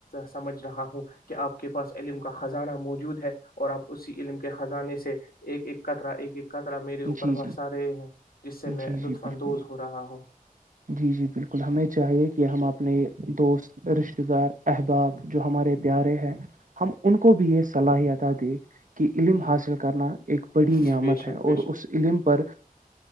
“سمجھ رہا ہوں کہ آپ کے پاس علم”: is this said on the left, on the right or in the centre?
Left